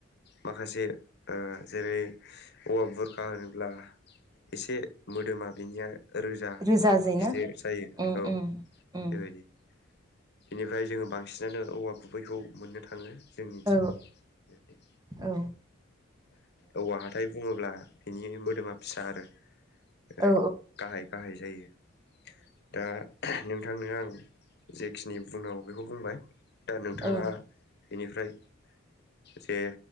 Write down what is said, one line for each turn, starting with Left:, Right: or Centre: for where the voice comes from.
Left: माखासे ओ जेरै औवा बुरखा होनोब्ला एसे मोदोमा बिनिया रोजा
Right: रोजाजै
Left: गिदिर
Right: ना
Left: जायो
Right: उम
Left: औ
Right: उम उम
Left: बेबायदि बेनिफ्राय जोङो बांसिनानो औवा गुबैखौ मोननो थाङो। जों मिथिगौ
Right: औ
Left: बेबायदि
Right: औ
Left: औवा हाथाय बुङोब्ला बिनि मोदोमा फिसा आरो ओरै
Right: ओ औ
Left: गाहाय गाहाय जायो दा नोंथांनो आं जेखिनि बुंनांगौ बेखौ बुंबाय दा नोंथाङा
Right: औ ओ
Left: बेनिफ्राय जे